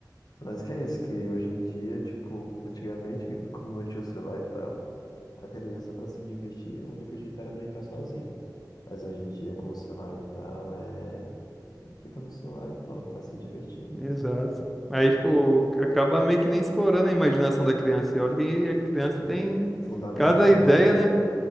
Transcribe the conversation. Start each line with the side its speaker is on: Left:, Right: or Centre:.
Left: Mas que é isso, que hoje em dia, tipo, antigamente, como não tinha o celular e tal, a criança pra se divertir, o único jeito era brincar sozinha. Mas hoje em dia, com o celular e tal, é... Fica no celular e pronto, tá se divertindo.
Centre: Exato. Aí,
Left: E
Centre: tipo,
Left: co-
Centre: acaba meio que nem explorando a imaginação da criança. E olha que a criança
Left: e
Centre: tem
Left: Fundamental,
Centre: cada ideia,
Left: né?
Centre: né?